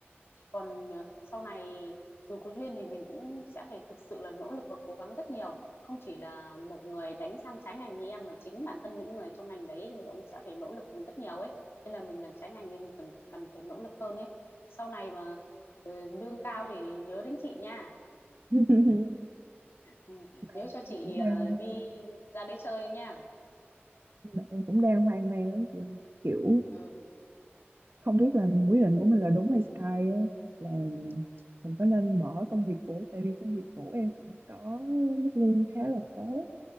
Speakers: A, on the left; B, on the right.
A: còn ờ, sau này dù có duyên thì mình cũng sẽ phải thực sự là nỗ lực và cố gắng rất nhiều không chỉ là một người đánh sang trái ngành như em mà chính bản thân những người trong ngành đấy người ta cũng sẽ phải nỗ lực rất nhiều ấy nên là mình làm trái ngành nên mình cần cần phải nỗ lực hơn ấy sau này mà ừ, lương cao thì nhớ đến chị nha
B: <laughs>
A: ừ,
B: mà
A: nhớ cho
B: em
A: chị
B: cũng đang
A: ờ, đi ra đấy chơi nha
B: mà em cũng đang hoang mang lắm chị ơi kiểu
A: ừ.
B: không biết là quyết định của mình là đúng hay sai á là mình có nên bỏ công việc cũ tại vì công việc cũ em cũng có mức lương khá là tốt